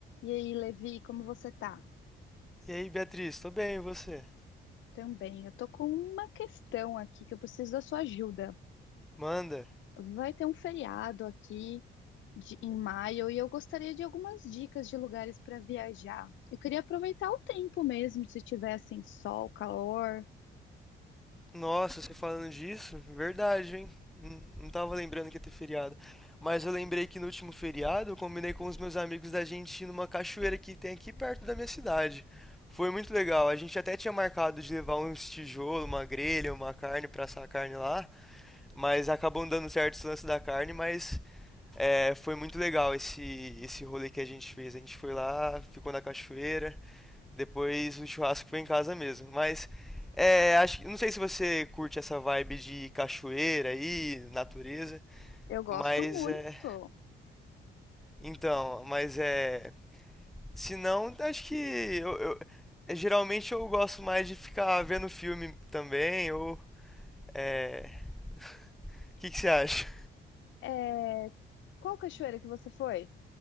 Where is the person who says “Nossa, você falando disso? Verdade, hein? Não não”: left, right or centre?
Centre